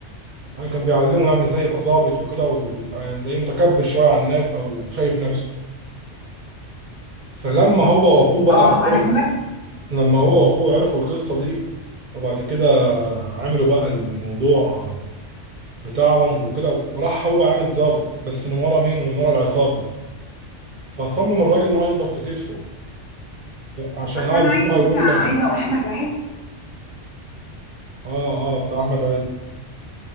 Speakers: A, on the right; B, on the left.
A: يعني كان بيعلمه يعني ازاي يبقى ظابط وكده ويبقى زي متكبر شويه على الناس او شايف نفسه فلما هو واخوه بقى
B: اه
A: عرفوا
B: انا كمان
A: لما هو واخوه عرفوا القصه دي وبعد كده عملوا بقى الموضوع بتاعهم وكده وراح هو عامل ظابط بس من ورا مين ومن ورا العصابه فصمم الراجل ان هو يخبط في كتفه عشان
B: بس
A: اه
B: انا
A: يشوفه
B: عايزه
A: هيقول له لما
B: عايزه أقول احمد عز
A: اه اه بتاع احمد عز